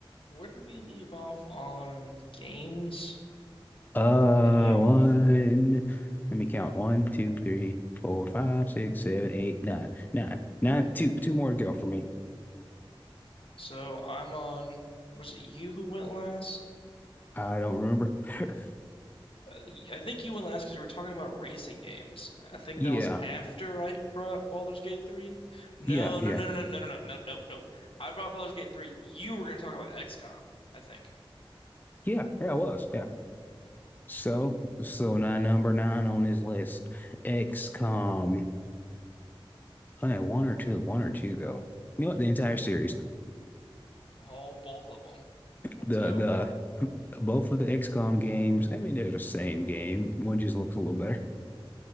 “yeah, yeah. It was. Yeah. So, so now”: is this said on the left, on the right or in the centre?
Left